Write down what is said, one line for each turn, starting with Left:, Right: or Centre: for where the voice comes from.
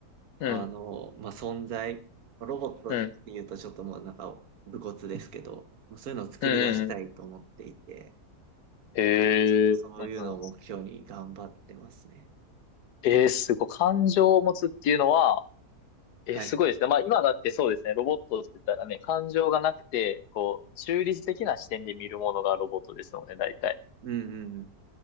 Left: うん
Right: あの、まあ、存在、ロボットっていうとちょっともうなんか、
Left: う
Right: 武骨ですけど、そういうのを作り出したいと思っていて、
Left: ん。へ
Right: ちょっとそういうのを目標に頑張ってますね。
Left: え。うんうん。えー、すごい。感情を持つっていうのは、え、
Right: はい。
Left: すごいですね。まあ今だってそうですね。ロボットって言ったらね、感情がなくて、こう、中立的な視点で見るものがロボットですので、大体。
Right: うんうん。